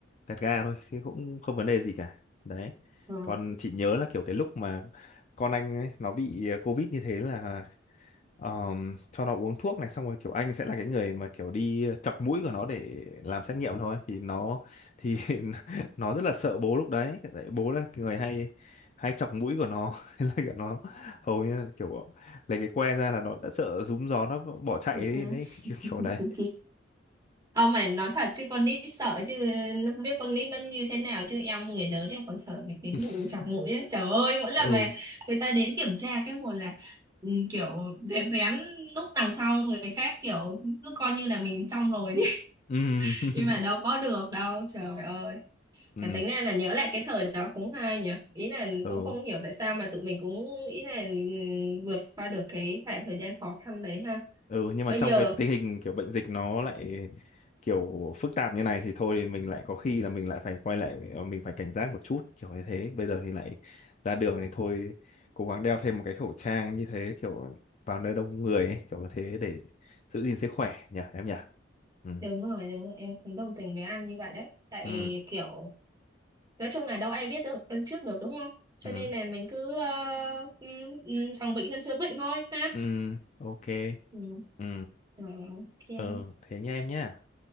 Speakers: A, on the left; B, on the right.
A: tẹt ga thôi chứ cũng không vấn đề gì cả. Đấy.
B: Ừ.
A: Còn chị nhớ là kiểu cái lúc mà con anh ấy, nó bị ờ, Covid như thế là um, cho nó uống thuốc này xong rồi kiểu anh sẽ là cái người mà kiểu đi chọc mũi của nó để làm xét nghiệm thôi thì nó thì <laughs> nó rất là sợ bố lúc đấy tại bố là người hay hay chọc mũi của nó <laughs> thế là kiểu nó hầu như là kiểu lấy cái que ra là nó đã sợ rúm gió nó bỏ chạy
B: Ừ.
A: đi
B: ừ.
A: đấy <laughs> kiểu kiểu đấy
B: ừ. không mày nói thật chứ con nít sợ chứ nó không biết con nít nó như thế nào chứ em người lớn em còn sợ mấy cái
A: <laughs>
B: vụ chọc mũi ấy. Trời ơi mỗi lần
A: ừ
B: mà người ta đến kiểm tra cái một là ừ, kiểu rén rén lúc đằng sau người khác kiểu cứ coi như là mình xong rồi đi
A: ừ
B: <laughs>
A: <laughs>
B: nhưng mà đâu có được đâu trời ơi
A: ừ
B: mà tính ra là nhớ lại cái thời đó cũng hay nhỉ ý là
A: ừ
B: cũng không hiểu tại sao mà tụi mình cũng ý là ừ, vượt qua được cái khoảng thời gian khó khăn đấy ha
A: ừ nhưng mà
B: bây
A: trong
B: giờ
A: cái tình hình kiểu bệnh dịch nó lại kiểu phức tạp như này thì thôi mình lại có khi là mình lại phải quay lại ờ, mình phải cảnh giác một chút kiểu như thế bây giờ thì lại ra đường thì thôi cố gắng đeo thêm một cái khẩu trang như thế kiểu vào nơi đông người ấy, kiểu như thế để giữ gìn sức khỏe nhỉ em nhỉ ừ
B: Đúng rồi, đúng rồi, em cũng đồng tình với an như vậy đấy. Tại
A: ừ
B: kiểu, nói chung là đâu ai biết được lần trước được đúng không? Cho
A: ừ
B: nên là mình cứ uh, phòng bệnh hơn chữa bệnh thôi ha.
A: ừ ok
B: Ừ.
A: ừ
B: Rồi, ok,
A: ờ thế nha em nhá